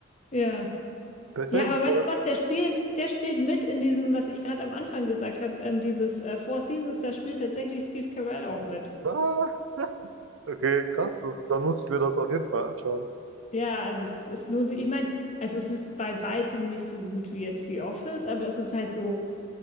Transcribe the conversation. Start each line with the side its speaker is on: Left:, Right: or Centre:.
Left: Ja.
Right: Ich Weiß
Left: Ja,
Right: ich
Left: aber
Right: nicht, woran.
Left: weißt du was, der spielt, der spielt mit in diesem, was ich gerade am Anfang gesagt habe, ähm, dieses äh, Four Seasons, da spielt tatsächlich Steve Carell auch mit.
Right: Was? <laughs> Okay, krass. Das, dann muss ich mir das auf jeden Fall anschauen.
Left: Ja, also es, es lohnt sich. Ich meine, also es ist bei weitem nicht so gut wie jetzt The Office, aber es ist halt so.